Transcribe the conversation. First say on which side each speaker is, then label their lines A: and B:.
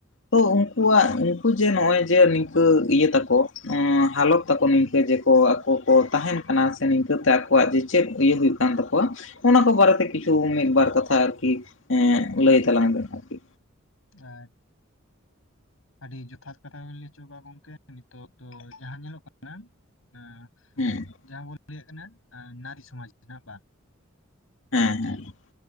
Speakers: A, on the left; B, on the left.
A: ᱛᱚ ᱩᱝᱠᱩᱣᱟᱜ ᱩᱝᱠᱩ ᱡᱮ ᱱᱚᱜ-ᱚᱭ ᱡᱮ ᱱᱤᱝᱠᱟᱹ ᱤᱭᱟᱹ ᱛᱟᱠᱚ, ᱮᱸᱻ ᱦᱟᱞᱚᱛ ᱛᱟᱠᱚ ᱱᱤᱝᱠᱟᱹ ᱡᱮᱠᱚ ᱟᱠᱚ ᱠᱚ ᱛᱟᱦᱮᱱ ᱠᱟᱱᱟ᱾ ᱥᱮ ᱱᱤᱝᱠᱟᱹᱛᱮ ᱟᱠᱚᱣᱟᱜ ᱡᱮ ᱪᱮᱫ ᱤᱭᱟᱹ ᱦᱩᱭᱩᱜ ᱠᱟᱱ ᱛᱟᱠᱚᱣᱟ᱾ ᱚᱱᱟ ᱠᱚ ᱵᱟᱨᱮᱛᱮ ᱠᱤᱪᱷᱩ ᱢᱤᱫᱵᱟᱨ ᱠᱟᱛᱷᱟ ᱟᱨᱠᱤ ᱞᱟᱹᱭ ᱛᱟᱞᱟᱝ ᱵᱮᱱ ᱟᱨᱠᱤ᱾
B: <unintelligible> ᱟᱹᱰᱤ ᱡᱚᱛᱷᱟᱛ ᱠᱟᱛᱷᱟ ᱜᱮᱵᱤᱱ ᱞᱟᱹᱭ ᱦᱚᱪᱚ ᱠᱟᱜ-ᱟ ᱜᱚᱝᱠᱮ, ᱱᱤᱛᱚᱜ ᱫᱚ ᱡᱟᱦᱟᱸ ᱧᱮᱞᱚᱜ ᱠᱟᱱᱟ ᱦᱮᱸ᱾
A: ᱦᱩᱸ᱾
B: ᱡᱟᱦᱟᱸ ᱵᱚᱱ ᱞᱟᱹᱭᱟᱜ ᱠᱟᱱᱟ ᱱᱟᱨᱤ ᱥᱚᱢᱟᱡᱽ ᱨᱮᱱᱟᱜ ᱵᱟᱝ᱾
A: ᱦᱮᱸ ᱦᱮᱸ ᱾